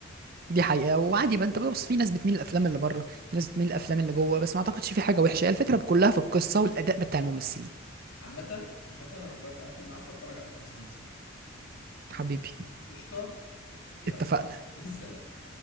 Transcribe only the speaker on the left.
عامه عامه انا دلوقتي هقفل معاك واتفرج على فيلم سلام يا صاحبي
قشطه يلا
<laughs> سلام